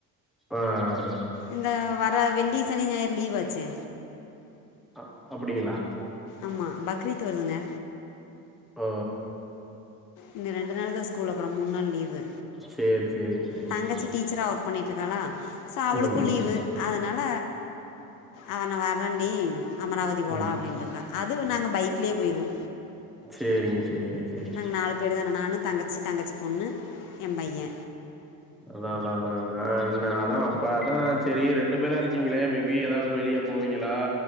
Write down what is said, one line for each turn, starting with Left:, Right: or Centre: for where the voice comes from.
Centre: ஆ ஆ
Left: இந்த வர வெள்ளி சனி ஞாயிறு லீவாச்சே
Centre: அ அப்டிங்களா
Left: ஆமாம் பக்ரீத் வருதுங்க
Centre: ஓ
Left: இந்த ரெண்டு நாள் தா ஸ்கூலு அப்றோ மூண் நாள் லீவ் வு
Centre: சேரி சேரிங்க சேரிங்க
Left: தங்கச்சி
Centre: சேரிங்க
Left: டீச்சரா ஒர்க் பண்ட்டு இருக்காளா சொ அவுளுக்கு
Centre: ம் ம்
Left: லீவு அதனால அவ நா வர்றன்டி அமராவதி போலா
Centre: ம்
Left: அப்டின்ருக்கா அது நாங்க பைக்லே போய்ருவோ
Centre: சேரிங்க சேரிங்க சேரிங்க
Left: நாங் நாலு பேரு தான நானு தங்கச்சி தங்கச்சி பொண்ணு ஏம் பைய
Centre: அதா அதா அதா அதா நா அதா பதா சரி ரெண்டு பேரா இருக்கீங்ளே மேபி ஏதாது வெளியப் போவீங்களா